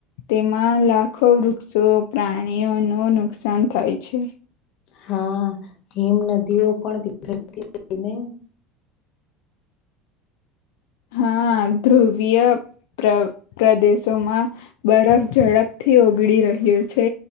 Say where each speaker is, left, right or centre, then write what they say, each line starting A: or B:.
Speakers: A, on the left; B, on the left.
A: તેમાં લાખો વૃક્ષો પ્રાણીઓ નો નુકસાન થાય છે
B: હા હિમ નદીઓ પણ <unintelligible>
A: હા ધ્રુવ્ય પ્ર પ્રદેશોમાં બરફ ઝડપથી ઓગળી રહ્યો છે